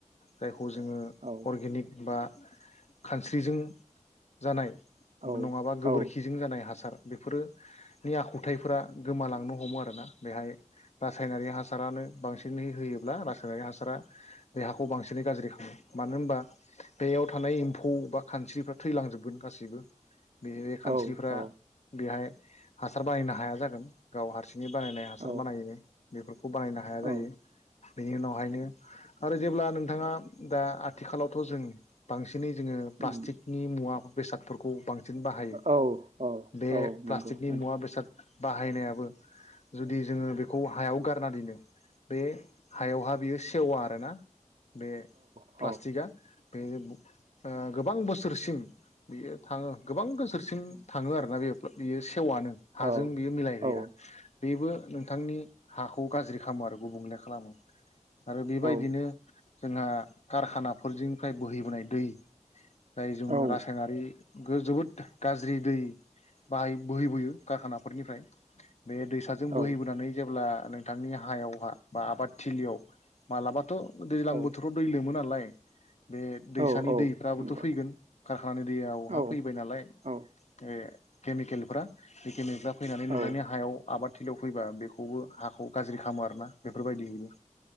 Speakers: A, on the left; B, on the right.
A: जाय खौ जोङो
B: औ
A: बा खानस्रिजों जानाय नङाबा
B: औ
A: गोबोरखिजों
B: औ
A: जानाय हासार बेफोरो नि आखुथायाइफोरा गोमालांनो ह हमो आरोना बेहाय रा सायनारि हासारानो बांसिनै होयो ब्ला रायनारि हासारा बे हाखौ बांसिनै गाज्रि खालामो मानो होम बा बेयाव थानाय एम्फौ बा खानस्रिफ्रा थैलांजोबगोन गासिबो बे खानस्रिफ्रा
B: औ औ
A: बेहाय हासार बानायनो हाया जागोन गाव हारसि नि बानायनाय हासार
B: औ
A: बानायो बेफोर खौ बानायनो हाया
B: औ
A: जायो बेनि उनावहायनो आरो जेब्ला नोंथाङा दा आ थिखालावथ' जों बांसि बिनि जोङो प्लास्टिकनि
B: उम
A: मुवा बेसाद फोरखौ बां सिन बाहायो
B: औ औ
A: बे
B: औ
A: प्लास्टिकनि
B: नंगौ नोंथां
A: मुवा बेसाद बाहायनायाबो जुदि जोङो बेखौ हायाव गारना दोनो बे हायावहा बियो सेवा आरोना बे
B: औ।
A: प्लास्टिकआ बे ब ओ गोबां बोसोरसिम बियो थाङो गोबां बोसोरसिम थाङो आरोना बेयो बियो से सेवनो हाजों
B: औ
A: बेयो मिलायहैया
B: औ
A: बेबो नोंथांनि हा खौ गाज्रि खालामो आरो गुबुंले खालामो आरो बेबायदिनो
B: औ
A: जोंहा कारखानाफोरजोंनिफ्राय बोहैबोनाय दै फ्राय जों
B: औ
A: रासायनारि गो जोबोद गाज्रि दै बाहाय बोहैबोयो कारखानाफोरनिफ्राय बे दैसाजों
B: औ
A: बोहैबोनानै जेब्ला नोंथांनि हायावहा बा आबाद थिलियाव मालाबाथ' दैलां
B: औ
A: बोथोराव दै लोमो नालाय बे दैसानि
B: औ
A: दैफ्राबोथ'
B: औ नंगौ
A: फैगोन खारखानानि दैयावहा
B: औ
A: फैबाय नालाय
B: औ
A: बे केमिकेलफ्रा बे केमिकेला फैनानै नोंथांनि
B: औ
A: हायाव आबाद थिलियाव फैबा बेखौबो हाखौ गाज्रि खामो आरोना बेफोरबायदि हैयो